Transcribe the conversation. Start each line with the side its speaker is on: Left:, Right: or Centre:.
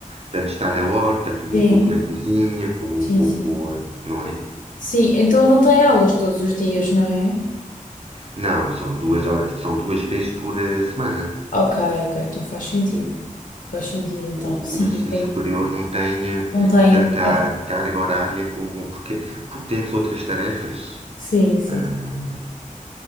Right: tanto está na horta, como
Left: Sim,
Right: um pouco na cozinha, como
Left: sim,
Right: um pouco,
Left: sim.
Right: eh, não é?
Left: Sim, então não tem aulas todos os dias, não é?
Right: Não, são duas horas, são duas vezes por eh, semana.
Left: Ok, ok, então faz sentido. Faz sentido, então.
Right: O,
Left: Sim,
Right: o ensino
Left: tem.
Right: superior não tem eh,
Left: Não tem.
Right: tanta
Left: é,
Right: carga horária como porque, porque temos outras tarefas.
Left: Sim, sim.
Right: Ah,